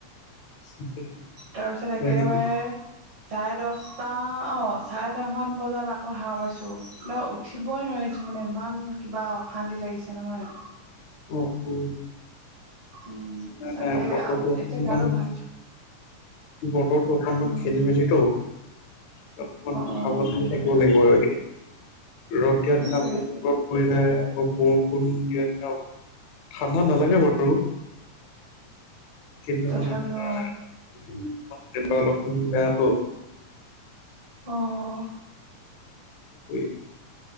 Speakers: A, on the left (about 75°); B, on the right (about 65°).
A: <unintelligible>
B: তাৰপিছত একেবাৰে
A: হয় নেকি
B: চাৰে দচটা অ চাৰে দচমান বজাত আকৌ সাৰ পাইছো ন উ ঠিবই নোৱাৰিছোঁ মানে ইমান কিবা অশান্তি লাগিছে নহয়।
A: অঁ, হু।
B: উম।
A: নাই
B: তাকে
A: নাই বতৰটো
B: আজি
A: অকনমান
B: এতিয়া গাটো ভাল
A: বতৰতো অকনমান
B: উম
A: খেলি মেলিতো', অ অকমান
B: অ
A: সাৱধানে
B: সেইটোৱে
A: থাকিব লাগিব আৰু এইকেইদিন। ৰদ দিয়াৰ
B: সেইটোৱে
A: দিনা বহুত
B: সেইটোৱে
A: ৰ হৈ যায় আকৌ বৰষুণ দিয়া দি ঠাণ্ডা নালাগে বাৰু। কিন্তু
B: তথাপি
A: মানে তোমাৰ
B: অ
A: মানে তেনেকুৱা অলপমান বেয়াটো।
B: অঁহ।
A: ই